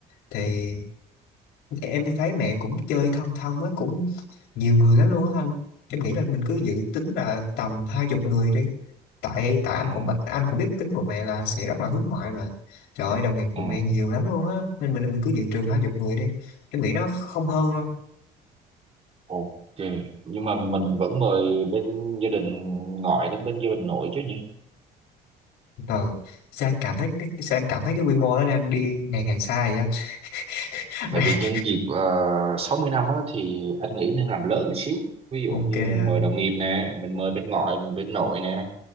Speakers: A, on the left; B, on the right.
A: thì em thì thấy mẹ cũng chơi thân thân á cũng nhiều người lắm luôn á anh em nghĩ là mình cứ dự tính là tầm hai chục người đi tại tại anh
B: ừ.
A: cũng bật- anh cũng biết tính của mẹ là sẽ rất là hướng ngoại mà trời ơi đồng nghiệp của
B: Ừ.
A: mẹ nhiều lắm luôn á nên mình mình cứ dự trừ hai chục người đi em nghĩ nó không hơn đâu
B: ok nhưng mà mình vẫn mời bên gia đình ngoại lẫn bên gia đình nội chứ nhỉ
A: Trời, sao em cảm thấy cái cái- sao em cảm thấy cái quy mô nó đang đi ngày càng xa vậy anh <laughs>
B: tại vì nhân dịp uh, 60 năm á, thì anh nghĩ nên làm lớn một xíu ví dụ
A: ok
B: như
A: anh.
B: mình mời đồng nghiệp nè mình mời bên ngoại mình bên nội nè